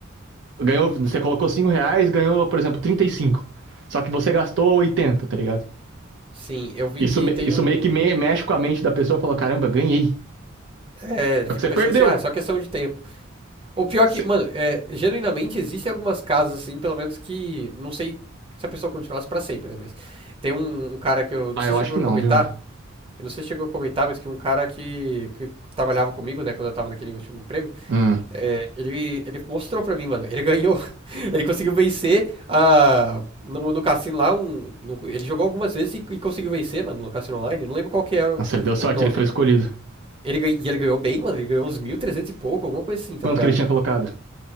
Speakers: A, on the right; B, on the right.
A: Ganhou, você colocou 5 reais, ganhou, por exemplo, 35. Só que você gastou 80, tá ligado?
B: sim. Eu vi
A: Isso,
B: que
A: me-
B: tem
A: isso
B: um.
A: meio que me- mexe com a mente da pessoa e fala, caramba, ganhei.
B: É, ele
A: Só
B: fica
A: que Você
B: pensando
A: perdeu.
B: assim, ah, é só questão de tempo. O pior
A: Você-
B: é que, mano, é, genuinamente existem algumas casas, assim, pelo menos que. Não sei se a pessoa continuasse pra sempre, né? Mas tem um, um cara que eu. Não
A: Ah,
B: sei
A: eu
B: se
A: acho
B: chegou
A: que
B: a
A: não,
B: comentar.
A: viu?
B: Eu não sei se chegou a comentar, mas que um cara que, que trabalhava comigo, né? Quando eu tava naquele último emprego.
A: Hum.
B: é, ele, ele mostrou pra mim, mano. Ele ganhou. <laughs> Ele conseguiu vencer a. No, no cassino lá, um, no- ele jogou algumas vezes e, e conseguiu vencer, mano, no cassino online. Não lembro qual que era o
A: Nossa, ele deu
B: o
A: sorte,
B: nome.
A: ele foi escolhido.
B: Ele, gan- e ele ganhou bem, mano. Ele ganhou uns 1.300 e pouco, alguma coisa assim, tá
A: Quanto
B: ligado?
A: que ele tinha colocado?